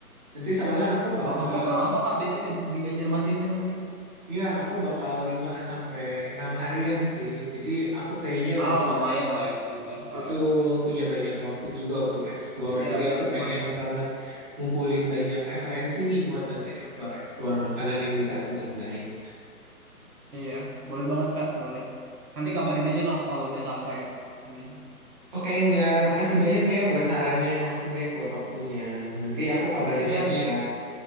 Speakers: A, on the right; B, on the right.
A: Nanti soalnya aku bakal,
B: Oh, oh, berapa lama Kak BTW di Banjarmasinnya nanti?
A: ya aku bakal lima sampai enam harian sih. Jadi aku kayaknya
B: Ah
A: bakal
B: lumayan lah itu udah.
A: betul
B: ah, ah.
A: punya banyak
B: sip, sip.
A: waktu juga untuk explore.
B: Iya
A: Jadi
B: udah
A: aku
B: lumayan.
A: pengen banget ngumpulin banyak referensi nih buat nanti explore-explore makanan yang bisa aku cobain.
B: Iya boleh banget Kak boleh. Nanti kabarin aja Kak kalau udah sampai ya ini.
A: Oke, Enggar, makasih banyak ya buat sarannya, makasih banyak buat waktunya. Nanti aku kabarin
B: Iya.
A: lagi ya.